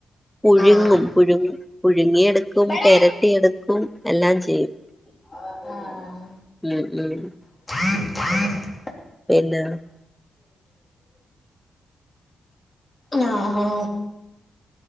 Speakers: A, in the centre; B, on the left.
A: പുഴുങ്ങും
B: ആഹ്
A: പുഴുങ്ങ പുഴുങ്ങിയ എടുക്കും
B: ആഹ്
A: പെരട്ടിയെടുക്കും
B: ആഹ്
A: എല്ലാം ചെയ്യും.
B: ഉം ആഹ്
A: ഉം ഉം
B: <unintelligible>
A: പിന്നെ
B: ആഹ്‌ ഹാ